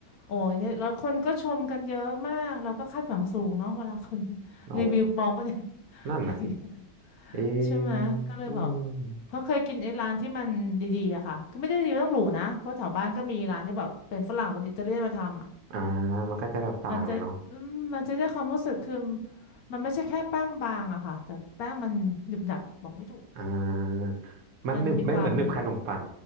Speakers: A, on the left; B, on the right.
A: โอ้ยเนี่ยแล้วคนก็ชมกันเยอะมากเราก็คาดหวังสูงเนาะเวลาคน
B: อ๋อ
A: <laughs> รีวิวปลอมปะเนี่ย
B: นั่นนะสิ
A: อะไรอย่างเงี้ย
B: เออ
A: ใช่ไหมก็เลยแบบ
B: อืม
A: เพราะเคยกินไอ้ร้านที่มันดีๆอะค่ะคือไม่ได้ดีต้องหรูนะเพราะแถวบ้านก็มีร้านที่แบบเป็นฝรั่งเป็นอิตาเลียนมาทำอะ
B: อ่ามันก็จะแบบต่างเลยเนาะ
A: มันจะอืมมันจะได้ความรู้สึกคือมันไม่ใช่แค่แป้งบางอะค่ะแต่แป้งมันหนึบหนับบอกไม่ถูก
B: อ่ามันหนึบไม่เหมือนหนึบขนมปัง
A: มันมีความ